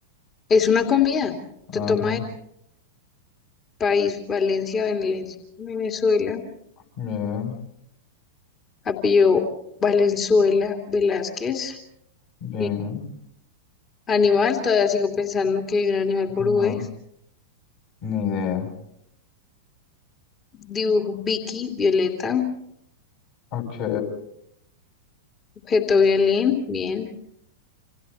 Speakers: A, on the left (about 25°); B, on the left (about 45°).
A: Es una comida.
B: ajá,
A: Te toma el país, Valencia, Venez- Venezuela.
B: bien,
A: Apellido Valenzuela Velázquez.
B: bien,
A: Mi Animal, todavía sigo pensando que hay un animal
B: no,
A: por V.
B: ni idea.
A: Dibujo Vicky, Violeta,
B: Ok,
A: objeto violín, bien.